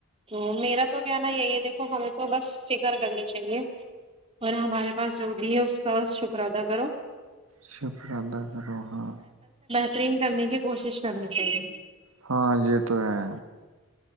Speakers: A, on the right; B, on the right.
A: تو میرا تو کہنا ہے یہی دیکو ہمیں کو بس فکر کرنی چاہیے اور ہمارے پاس جو بھی ہے اس کا بس شکر ادا کرو
B: شکر اللہ کروحاں
A: ن کرنے کی کوشش کرنی چاہیے
B: ہاں یہ تو ہے